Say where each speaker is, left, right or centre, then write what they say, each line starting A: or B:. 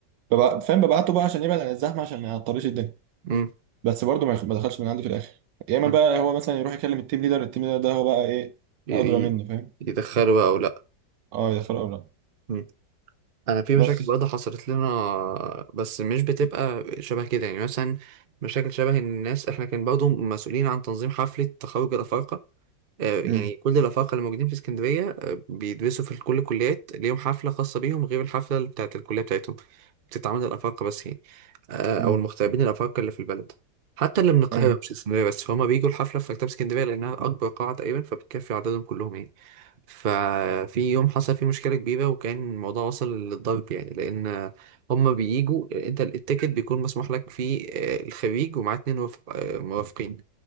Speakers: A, on the right (about 75°); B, on the right (about 50°).
A: ببع- فاهم ببعته بقى عشان يبعد عن الزحمة عشان ما يعطليش الدنيا
B: امم
A: بس برضه ما يخ- ما دخلش من عندي في الاخر يا اما
B: امم
A: بقى هو مثلا يروح يكلم التيم ليدر التيم ليدر ده هو بقى ايه
B: ي-
A: ادرى
B: ي-
A: مني فاهم
B: يدخلوا بقى او لا
A: اه يدخله او لا
B: مم. انا في مشاكل
A: بس
B: برضه حصلت لنا بس مش بتبقى شبه كده يعني مثلا مشاكل شبه ان الناس احنا كان برضه مسؤولين عن تنظيم حفله تخرج الافارقه آه، يعني
A: امم
B: كل الأفارقة اللي موجودين في اسكندرية آه، بيدرسوا في كل الكليات ليهم حفلة خاصة بيهم غير الحفلة اللي بتاعت الكلية بتاعتهم بتتعمل الأفارقة بس يعني آه،
A: امم
B: أو المغتربين الأفارقة اللي في البلد حتى اللي من القاهرة
A: ايوه
B: مش اسكندرية بس فهم بيجوا الحفلة في مكتبة اسكندرية لأنها أكبر قاعة تقريبا فبتكفي عددهم كلهم يعني ففي يوم حصل فيه مشكلة كبيرة وكان الموضوع وصل للضرب يعني لأن هم بييجوا أنت التيكت بيكون مسموح لك فيه آه، الخريج ومعاه اتنين وف- آه، مرافقين